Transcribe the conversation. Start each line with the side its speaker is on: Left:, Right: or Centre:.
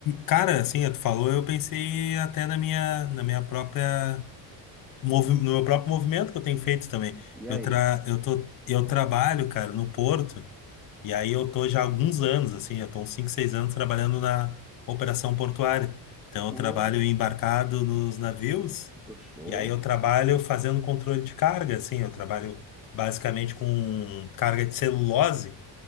Left: Cara, assim, tu falou, eu pensei até na minha, na minha própria movi- no meu próprio movimento que eu tenho feito também.
Centre: E aí?
Left: Eu, tra, eu, tô, eu trabalho, cara, no Porto, e aí eu tô já há alguns anos, assim, já tô uns 5, 6 anos trabalhando na operação portuária. Então
Centre: Pô,
Left: eu trabalho embarcado nos navios,
Centre: pô, show.
Left: e aí eu trabalho fazendo controle de carga, assim, eu trabalho basicamente com carga de celulose,